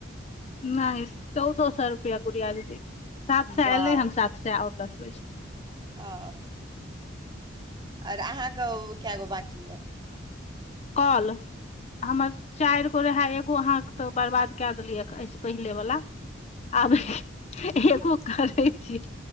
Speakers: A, on the left; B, on the right.
A: नहि चौदो सए रुपआ गुड़िया दीदी, सात सए
B: वाह
A: एलै हन सात। से आओ देते
B: ओ आर अहाँकेँ कगो बकी यए।?
A: कल हमर चारिगो रहै एगो अहाँकेँ तऽ बर्बाद कए देलियै। पहिले वाला, आब एको करे छिय।